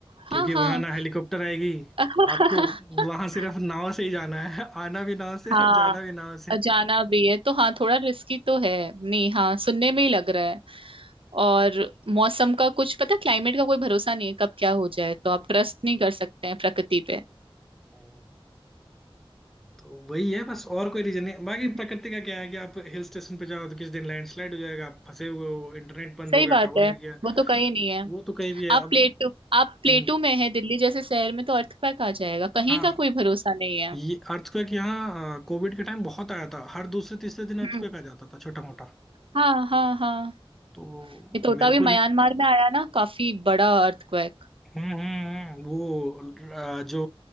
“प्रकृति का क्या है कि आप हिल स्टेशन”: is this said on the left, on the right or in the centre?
Centre